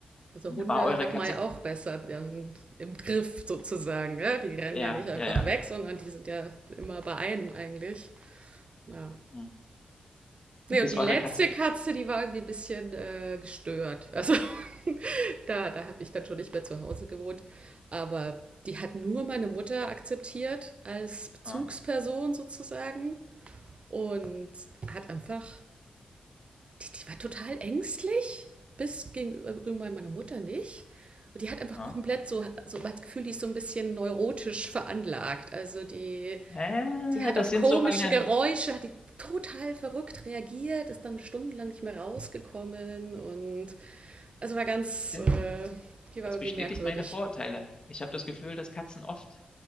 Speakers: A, on the right; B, on the left.
A: Also Hunde
B: War eure
A: hat
B: Katze,
A: man ja auch besser dann im Griff sozusagen. Ja? Die rennen
B: ja,
A: ja nicht einfach
B: ja, ja.
A: weg, sondern die sind ja immer bei einem eigentlich. Ja.
B: Hm.
A: Nee,
B: Ist
A: und die
B: eure
A: letzte
B: Katze,
A: Katze, die war irgendwie ein bisschen äh, gestört. Also <laughs> da, da habe ich dann schon nicht mehr zu Hause gewohnt. Aber die hat nur meine Mutter akzeptiert als Bezugsperson
B: ja,
A: sozusagen und hat einfach die, die war total ängstlich, bis gegenüber meiner Mutter nicht. Und die hat einfach
B: ja.
A: komplett so, so das Gefühl, die ist so ein bisschen neurotisch veranlagt. Also die,
B: Äh,
A: die hat
B: das
A: auf
B: sind
A: komische
B: so meine,
A: Geräusche, hat die total verrückt reagiert, ist dann stundenlang nicht mehr rausgekommen und also war ganz,
B: das sind
A: äh, die war
B: Das
A: irgendwie
B: bestätigt
A: merkwürdig.
B: meine Vorurteile. Ich habe das Gefühl, dass Katzen oft